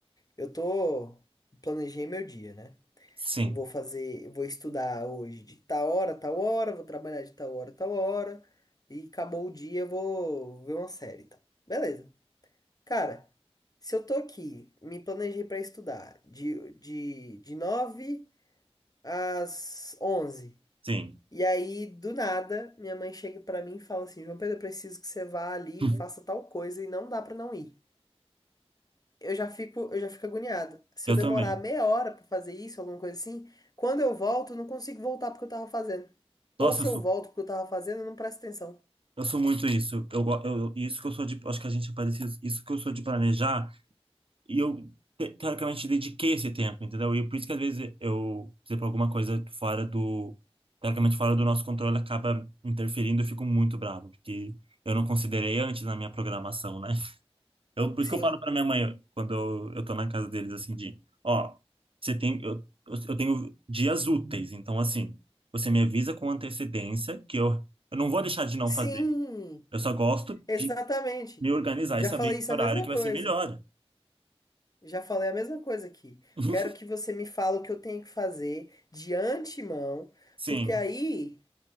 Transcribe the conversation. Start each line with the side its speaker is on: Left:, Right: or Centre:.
Left: Eu tô planejei meu dia, né?
Right: sim,
Left: Eu vou fazer, eu vou estudar hoje de tal hora, a tal hora, vou trabalhar de tal hora, a tal hora, e acabou o dia, eu vou ver uma série, e tal. Beleza. Cara, se eu tô aqui, me planejei pra estudar de, de, de 9 às 11.
Right: sim.
Left: E aí, do nada, minha mãe chega pra mim e fala assim: João Pedro, eu preciso que você vá ali
Right: <laughs>
Left: e faça tal coisa, e não dá pra não ir. eu já fico, eu já fico agoniado. Se
Right: Eu
Left: eu demorar
Right: também.
Left: meia hora pra fazer isso, alguma coisa assim, quando eu volto, eu não consigo voltar porque eu tava fazendo. Ou
Right: Nossa,
Left: se
Right: eu sou,
Left: eu volto porque eu tava fazendo, eu não presto atenção.
Right: eu sou muito isso. Eu, go- eu, isso que eu sou de. Acho que a gente é parecido. Isso que eu sou de planejar. E eu, te- teoricamente, dediquei esse tempo, entendeu? E por isso que, às vezes, eu, se por exemplo, alguma coisa fora do, teoricamente, fora do nosso controle acaba interferindo, eu fico muito bravo, porque eu não considerei antes na minha programação, né? Eu, por
Left: Sim.
Right: isso que eu falo pra minha mãe, quando eu, eu tô na casa deles, assim, de, ó, você tem, eu, eu eu tenho dias úteis, então, assim, você me avisa com antecedência que eu, eu não vou deixar de não
Left: Sim,
Right: fazer. Eu só gosto
Left: exatamente.
Right: de me organizar
Left: Já
Right: e saber
Left: falei
Right: que
Left: isso
Right: horário
Left: a mesma
Right: que
Left: coisa.
Right: vai ser melhor.
Left: Já falei a mesma coisa aqui.
Right: <laughs>
Left: Quero que você me fale o que eu tenho que fazer de antemão,
Right: Sim,
Left: porque aí